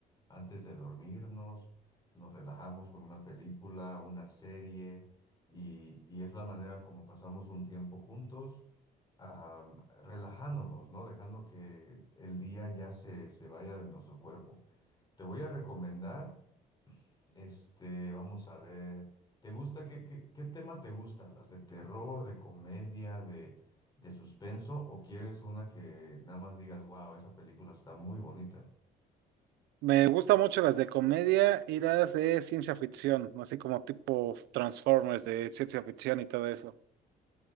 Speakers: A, on the left (about 25°); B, on the right (about 80°).
A: Antes de dormirnos, nos relajamos con una película, una serie, y, y es la manera como pasamos un tiempo juntos, am, relajándonos, ¿no? Dejando que el día ya se, se vaya de nuestro cuerpo. Te voy a recomendar. Este, vamos a ver. ¿Te gusta? ¿Qué, qué, qué tema te gusta? ¿Las de terror, de comedia, de, de suspenso? ¿O quieres una que nada más digas, wow, esa película está muy bonita?
B: Me gustan mucho las de comedia y las de ciencia ficción, así como tipo Transformers de ciencia ficción y todo eso.